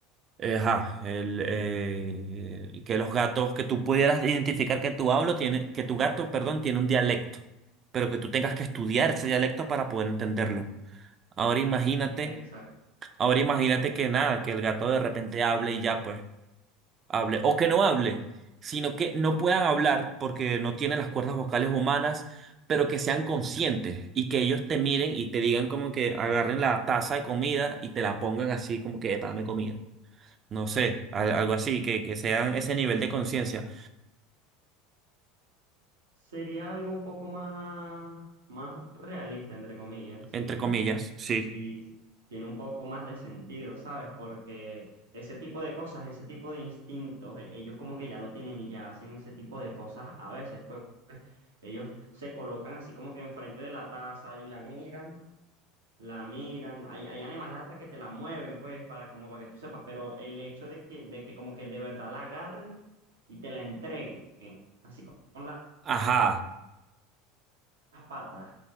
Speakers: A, on the right (about 35°); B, on the right (about 85°).
A: eh, ajá, el, eh, que los gatos, que tú pudieras identificar que tu hablo tiene, que tu gato, perdón, tiene un dialecto, pero que tú tengas que estudiar ese dialecto para poder entenderlo. Ahora imagínate,
B: Exacto.
A: ahora imagínate que nada, que el gato de repente hable y ya, pues hable o que no hable, sino que no puedan hablar porque no tienen las cuerdas vocales humanas, pero que sean conscientes y que ellos te miren y te digan como que agarren la taza de comida y te la pongan así como que "Epa, dame comida. No sé, al- algo así, que, que sean ese nivel de conciencia,
B: Sería algo un poco más, más realista, entre comillas, ¿sí?
A: entre comillas. Sí.
B: Sí, tiene un poco más de sentido, ¿sabes? Porque ese tipo de cosas, ese tipo de instintos, e- ellos como que ya lo tienen y ya hacen ese tipo de cosas a veces, pues. Ellos se colocan así como que enfrente de la taza y la miran, la miran. Hay, hay animales hasta que te la mueven, pues, para, como para que tú sepas, pero el hecho de que, de que como que de verdad la agarren y te la entreguen, así con, con la-
A: Ajá.
B: las patas,